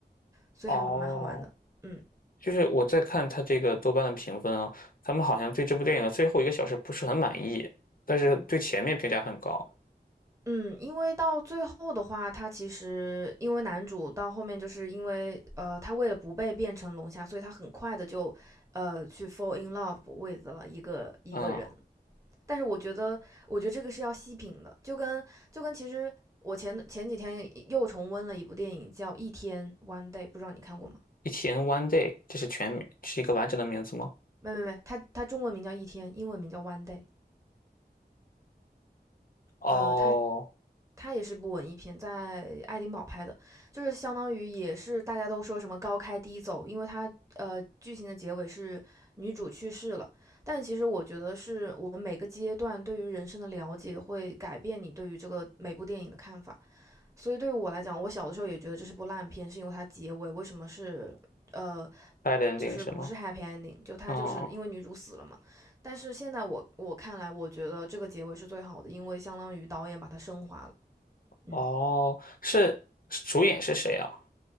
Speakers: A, on the left; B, on the right.
A: <laughs>
B: 所以还蛮好玩的。
A: 哦，
B: 嗯
A: 就是我在看他这个豆瓣的评分啊，他们好像对这部电影的最后一个小时不是很满意，但是对前面评价很高。
B: 嗯，因为到最后的话，他其实因为男主到后面就是因为呃，他为了不被变成龙虾，所以他很快的就呃去 fall in love with 了一个一个人，
A: 嗯
B: 但是我觉得，我觉得这个是要细品的，就跟就跟其实我前前几天又重温了一部电影叫《一天》（One Day），不知道你看过吗？
A: ，E.T. n One Day，这是全名，是一个完整的名字吗？
B: 没没没，它它中文名叫《一天》，英文名叫《One Day》。
A: 哦
B: 呃，它它也是部文艺片，在爱丁堡拍的，就是相当于也是大家都说什么高开低走，因为它呃剧情的结尾是女主去世了，但其实我觉得是我们每个阶段对于人生的了解会改变你对于这个每部电影的看法。所以对于我来讲，我小的时候也觉得这是部烂片，是因为它结尾为什么是呃，
A: ，Bad Ending
B: 就是不是
A: 什么？
B: happy ending，就它就是因为女主死了嘛。
A: 嗯，
B: 但是现在我我看来，我觉得这个结尾是最好的，因为相当于导演把它升华了。嗯，
A: 哦，是是主演是谁啊？